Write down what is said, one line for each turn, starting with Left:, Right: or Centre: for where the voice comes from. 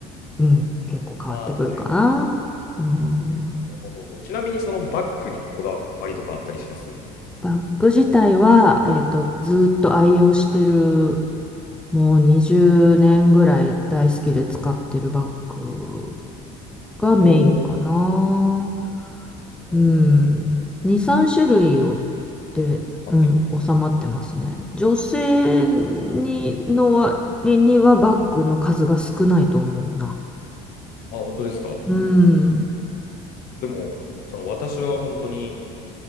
Centre: うん、結構変わってくるかな。
Left: ああ、はい。なる
Centre: うん。
Left: ほど。ちなみに、そのバッグにこだわりとかあったりします
Centre: バッグ自体は、えっと、ずーっと愛用してる、もう20年ぐらい大好きで使ってるバッグがメインかな。
Left: おーうんうんうん
Centre: うん。2、3種類を、
Left: うん
Centre: で、
Left: あ、
Centre: うん、
Left: はい
Centre: 収まってますね。女性にの割にはバッグの数が少ないと思うな。
Left: えーあ、本当ですか。
Centre: うん。
Left: でも、その私は本当に、